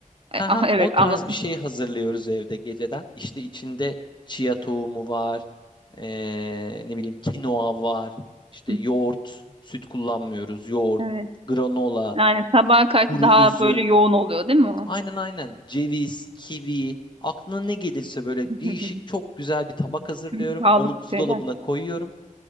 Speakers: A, on the left (about 35°); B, on the right (about 40°).
A: Ha
B: E, a-
A: ha
B: Evet
A: o tarz
B: anladım.
A: bir şey hazırlıyoruz evde geceden. İşte içinde chia tohumu var. ee, ne bileyim kinoa var. İşte
B: Hı.
A: yoğurt, süt kullanmıyoruz. Yoğurt,
B: Evet.
A: granola,
B: Yani sabaha
A: işte
B: karşı
A: kuru
B: daha
A: üzüm.
B: böyle yoğun oluyor değil mi o?
A: Aynen aynen. Ceviz, kivi. Aklına ne gelirse böyle
B: <laughs>
A: değişik çok güzel bir tabak hazırlıyorum.
B: Tüm sağlık
A: Onu buzdolabına
B: şeyler.
A: koyuyorum.